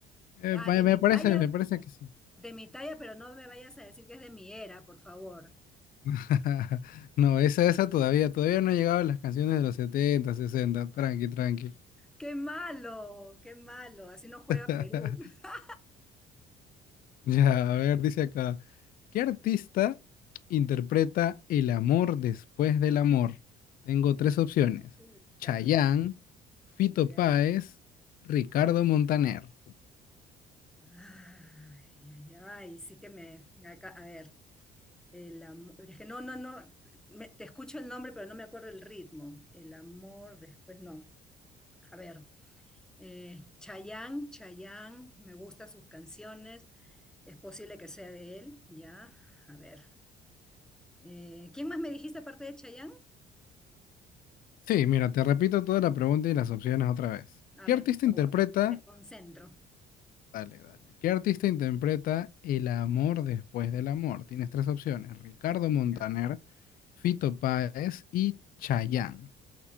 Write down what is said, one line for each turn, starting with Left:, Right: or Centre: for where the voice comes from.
Left: Eh,
Centre: Ah,
Left: pa-
Centre: de
Left: me
Centre: mi
Left: parece,
Centre: talla,
Left: me parece que sí.
Centre: de mi talla, pero no me vayas a decir que es de mi era, por favor.
Left: <laughs> No, esa, esa todavía, todavía no ha llegado a las canciones de los 70, 60. tranqui, tranqui.
Centre: ¡Qué malo! ¡Qué malo! Así no juega
Left: <laughs>
Centre: Perú. <laughs>
Left: <laughs> Ya, a ver, dice acá, ¿qué artista interpreta El amor después del amor? Tengo tres opciones,
Centre: Chuta,
Left: Chayanne, Fito
Centre: ya.
Left: Páez, Ricardo Montaner.
Centre: Ay, ay, ay, sí que me... acá- a ver. El amor, es que no, no, no, me- te escucho el nombre, pero no me acuerdo el ritmo. El amor, después no. A ver, eh, Chayanne, Chayanne, me gustan sus canciones, es posible que sea de él, ya. A ver, eh, ¿quién más me dijiste aparte de Chayanne?
Left: Sí, mira, te repito toda la pregunta y las opciones otra vez.
Centre: A
Left: ¿Qué
Centre: ver,
Left: artista
Centre: por favor,
Left: interpreta?
Centre: me concentro,
Left: Dale, dale. ¿Qué artista interpreta El amor después del amor? Tienes tres opciones, Ricardo Montaner,
Centre: ya.
Left: Fito Páez y Chayanne.